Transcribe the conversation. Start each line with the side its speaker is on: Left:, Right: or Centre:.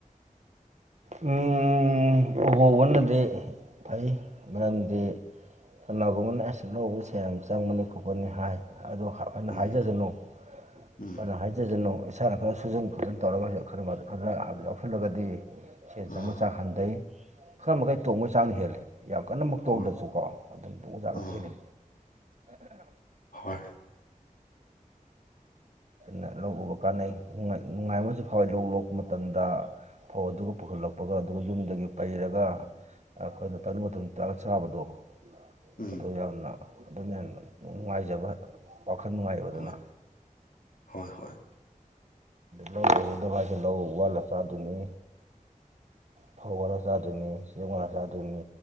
Right: ꯎꯝ ꯎꯍꯣꯕꯅꯗꯤ ꯐꯩ ꯃꯔꯝꯗꯤ ꯀꯅꯥꯒꯨꯝꯕꯅ ꯑꯦꯁ ꯂꯧꯕꯁꯦ ꯌꯥꯝ ꯆꯪꯕꯅꯤ ꯈꯣꯠꯄꯅꯤ ꯍꯥꯏ ꯑꯗꯣꯅ
Left: ꯎꯝ
Right: ꯍꯥꯏꯖꯖꯅꯨꯅ
Left: ꯎꯝ
Right: ꯍꯥꯏꯖꯖꯅꯨ ꯏꯁꯥꯅ ꯈꯔ ꯁꯨꯖꯟ ꯄꯨꯨꯖꯟ ꯇꯧꯔꯒꯁꯨ ꯈꯔ ꯈꯔ ꯌꯥꯎꯁꯜꯂꯒꯗꯤ ꯁꯦꯜ ꯆꯪꯕ
Left: ꯑꯥ
Right: ꯆꯥꯡ ꯍꯟꯊꯩ ꯈꯔ ꯃꯈꯩ ꯇꯣꯡꯕꯒꯤ ꯆꯥꯡ ꯍꯦꯜꯂꯤ ꯌꯥꯝ ꯀꯟꯅꯃꯛꯇꯣꯡꯗ꯭ꯔꯁꯨꯀꯣ
Left: ꯍꯣꯏ
Right: ꯑꯗꯨꯝꯖꯥ
Left: ꯑꯥ
Right: ꯍꯦꯜꯂꯤ
Left: ꯍꯣꯏ
Right: ꯂ ꯀꯥꯟꯅꯩꯅꯨꯡ ꯅꯨꯡꯉꯥꯏ ꯑꯃꯁꯨ ꯐꯥꯎꯋꯏ ꯂꯧ ꯂꯣꯛꯄ ꯃꯇꯝꯗ ꯐꯧ ꯑꯗꯨꯒ ꯄꯨꯈꯠꯂꯛ ꯄꯄꯒ ꯑꯗꯨꯒ ꯌꯨꯝꯗꯒꯤ ꯄꯩꯔꯒ ꯑꯩꯈꯣꯏꯅ ꯇꯪꯅꯤꯡꯕ ꯃꯇꯝ ꯇꯔꯒ ꯆꯥꯕꯗꯣ
Left: ꯎꯝ
Right: ꯑꯗꯨ ꯌꯥꯝꯅ ꯑꯗꯨꯅ ꯍꯦꯟꯅ ꯅꯨꯡꯉꯥꯏꯖꯕ ꯋꯥꯈꯜ ꯅꯨꯡꯉꯥꯏꯕꯗꯨꯅ
Left: ꯍꯣꯏ ꯍꯣꯏ ꯍꯣꯏ
Right: ꯂꯧ ꯎꯨꯍꯧꯗꯕ ꯍꯥꯏꯁꯦ ꯂꯧ ꯋꯥꯠꯂ ꯆꯥꯗꯣꯏꯅꯤ ꯐꯧ ꯋꯥꯜꯂ ꯆꯥꯗꯣꯏꯅꯤ ꯆꯦꯡ ꯋꯥꯂ ꯆꯥꯗꯣꯏꯅꯤ